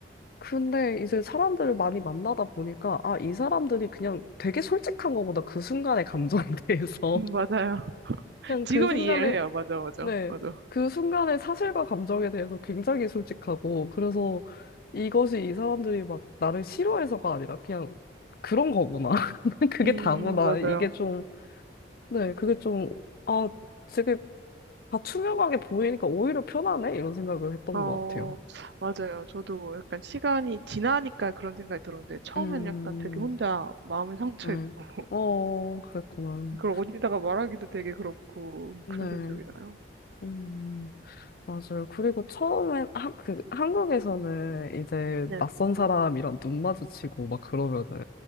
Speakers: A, on the left; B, on the right.
A: 근데 이제 사람들을 많이 만나다 보니까, 아, 이 사람들이 그냥 되게 솔직한 거구나. 그 순간의 감정에 <laughs> 대해서.
B: 음, 맞아요. <laughs>
A: 그냥
B: 지금은
A: 그 순간에
B: 이해를 해요. 맞아, 맞아,
A: 네.
B: 맞아.
A: 그 순간의 사실과 감정에 대해서 굉장히 솔직하고, 그래서 이것이 이 사람들이 막 나를 싫어해서가 아니라 그냥 그런 거구나. <laughs> 그게
B: 음,
A: 다구나.
B: 맞아요.
A: 이게 좀, 네, 그게 좀, 아, 되게 다 투명하게 보이니까 오히려 편하네? 이런 생각을 했던
B: 어,
A: 것 같아요.
B: 맞아요. 저도 약간 시간이 지나니까 그런 생각이 들었는데, 처음엔
A: 음,
B: 약간 되게 혼자 마음에 상처
A: 네.
B: 입고,
A: 어, 그랬구나.
B: 그걸 어디다가 말하기도 되게 그렇고,
A: 네.
B: 그래서 기억이 나요.
A: 음. 맞아요. 그리고 처음에 한 그, 한국에서는 이제
B: 네.
A: 낯선 사람이랑 눈 마주치고 막 그러면은